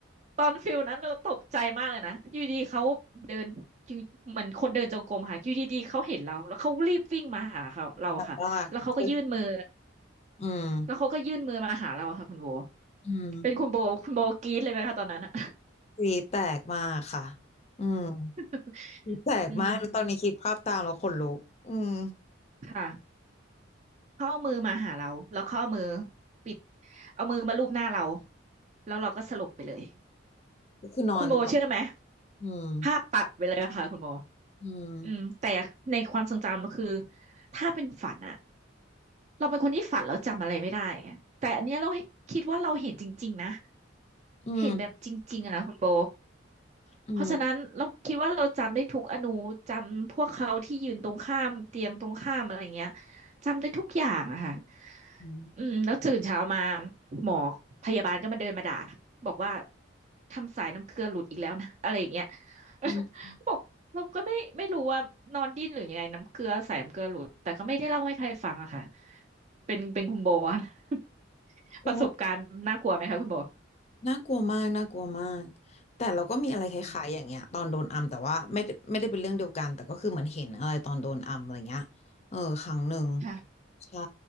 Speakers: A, on the right (about 35°); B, on the left (about 35°).
A: ตอนฟิลนั้นเราตกใจมากเลยนะอยู่ดีเขาเดินอยู่เหมือนคนเดินจงกรมค่ะอยู่ดีๆเขาเห็นเราแล้วเขารีบวิ่งมาหาเขาเราค่ะแล้วเขาก็ยื่นมือ
B: แต่ว่าเอออืม
A: แล้วเขาก็ยื่นมือมาหาเราค่ะคุณโบ
B: อืม
A: เป็นคุณโบคุณโบกรี๊ดเลยไหมคะตอนนั้นอะ
B: กรีดแตกมากค่ะอืม
A: <laughs>
B: กรีดแตกมากตอนนี้คิดภาพตามแล้วขนลุกอืม
A: อืมค่ะเข้าเอามือมาหาเราแล้วเข้าเอามือปิดเอามือมาลูบหน้าเราแล้วเราก็สลบไปเลย
B: ก็คือนอนแบบ
A: คุณโบเชื่อไหม
B: อืม
A: ภาพตัดไปเลยอะค่ะคุณโบ
B: อืม
A: อืมแต่ในความทรงจำมันคือถ้าเป็นฝันอะเราเป็นคนที่ฝันแล้วจำอะไรไม่ได้อะแต่อันเนี้ยเราคิดว่าเราเห็นจริงๆนะ
B: อืม
A: เห็นแบบจริงๆอะคุณโบ
B: อืม
A: เพราะฉะนั้นเราคิดว่าเราจำได้ทุกอนูจำพวกเขาที่ยืนตรงข้ามเตียงตรงข้ามอะไรเงี้ยจำได้ทุกอย่างอะค่ะ
B: อืม
A: อืมแล้วตื่นเช้ามาหมอพยาบาลก็มาเดินมาด่าบอกว่าทำสายน้ำเกลือหลุดอีกแล้วนะอะไรอย่างเงี้ย <laughs>
B: อืม
A: บอกเราก็ไม่ไม่รู้ว่านอนดิ้นหรือยังไงน้ำเกลือสายน้ำเกลือหลุดแต่ก็ไม่ได้เล่าให้ใครฟังอะค่ะเป็นเป็นคุณโบอะ <laughs>
B: เรา
A: ประสบการณ์น่ากลัวไหมคะคุณโบ
B: น่ากลัวมากน่ากลัวมากแต่เราก็มีอะไรคล้ายๆอย่างเงี้ยตอนโดนอัมแต่ว่าไม่ได้ไม่ได้เป็นเรื่องเดียวกันแต่ก็คือเหมือนเห็นอะไรตอนโดนอัมอะไรเงี้ยเออครั้งหนึ่ง
A: อืมค่ะ
B: ใช่